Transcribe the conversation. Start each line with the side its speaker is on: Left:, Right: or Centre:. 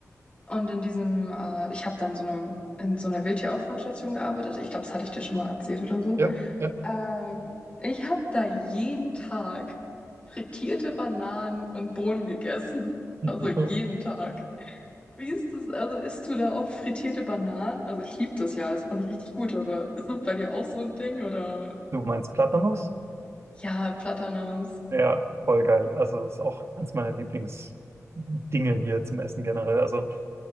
Left: und in diesem, äh, ich habe dann so einem, in so einer Wildtierauffangstation gearbeitet. Ich glaube, das hatte ich dir schon mal erzählt oder so.
Right: Ja, ja.
Left: Ähm, ich habe da jeden Tag frittierte Bananen und Bohnen gegessen.
Right: <laughs>
Left: Also jeden Tag. Wie ist das? Also isst du da oft frittierte Bananen? Also ich liebe das ja, das fand ich richtig gut, aber <laughs> ist das bei dir auch so ein Ding oder?
Right: Du meinst Platanos?
Left: Ja, Platanos.
Right: Ja, voll geil. Also das ist auch eins meiner Lieblingsdinge hier zum Essen generell. Also